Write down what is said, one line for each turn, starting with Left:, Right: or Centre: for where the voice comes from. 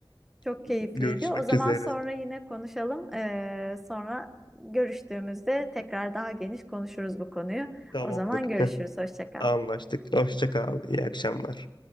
Centre: Çok
Left: <laughs>
Centre: keyifliydi.
Left: Görüşmek
Centre: O zaman
Left: üzere.
Centre: sonra yine konuşalım. Ee, sonra görüştüğümüzde tekrar daha geniş konuşuruz bu konuyu.
Left: Tamamdır.
Centre: O zaman görüşürüz.
Left: <laughs>
Centre: Hoşça kal.
Left: Anlaştık. Hoşça kal. İyi akşamlar.